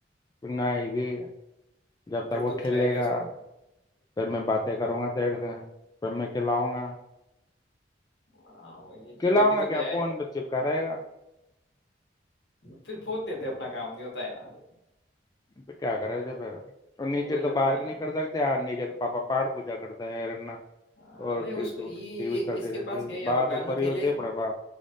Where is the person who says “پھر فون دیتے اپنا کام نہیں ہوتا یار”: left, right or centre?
Left